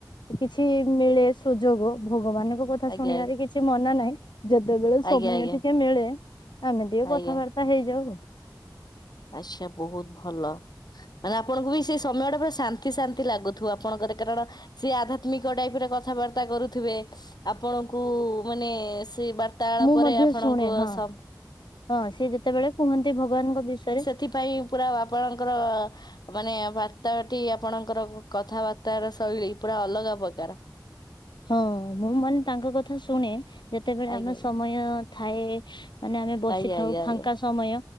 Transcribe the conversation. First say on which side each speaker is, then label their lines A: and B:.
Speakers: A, on the left; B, on the left.
A: କିଛି ମିଳେ ସୁଯୋଗ ଭଗବାନଙ୍କ କଥା
B: ଆଜ୍ଞା
A: ଶୁଣିବାରେ କିଛି ମନା ନାହିଁ ଯେଦେବେଳେ ସମୟ
B: ଆଜ୍ଞା ଆଜ୍ଞା
A: ଟିକେ ମିଳେ ଆମେ ଟିକେ
B: ଆଜ୍ଞା
A: କଥାବା ର୍ତ୍ତା ହେଇଯାଉ ଆଉ।
B: ଆଚ୍ଛା ବହୁତ ଭଲ। ମାନେ ଆପଣଙ୍କୁ ବି ସେ ସମୟ ଟା ପୁରା ଶାନ୍ତି ଶାନ୍ତି ଲାଗୁଥିବ। ଆପଣଙ୍କର କାରଣ ସେ ଆଧ୍ୟାତ୍ମିକ ଟାଇପ ରେ କଥାବାର୍ତ୍ତା କରୁଥିବେ ଆପଣଙ୍କୁ ମାନେ ସେ ବା ର୍ତାଳ
A: ମୁଁ
B: ପରେ
A: ମଧ୍ୟ
B: ଆପଣଙ୍କୁ
A: ଶୁଣେ ହଁ
B: ସାମ
A: ହଁ ସିଏ ଯେତେବେଳେ କୁହନ୍ତି ଭଗବାନଙ୍କ ବିଷୟରେ
B: ଏଥିପାଇଁ ପୁରା ଆପଣଙ୍କର ମାନେ ବାର୍ତ୍ତାଳଟି ଆପଣଙ୍କର କଥାବାର୍ତ୍ତାର ଶୈଳୀ ପୁରା ଅଲଗା ପ୍ରକାର।
A: ହଁ ମୁଁ ମାନେ ତାଙ୍କ କଥା ଶୁଣେ ଯେତେବେଳେ
B: ଆଜ୍ଞା
A: ଆମେ ସମୟ ଥାଏ। ମାନେ ଆମେ ବସିଥାଉ
B: ଆଜ୍ଞା ଆଜ୍ଞା ଆଜ୍ଞା
A: ଫାଙ୍କା ସମୟ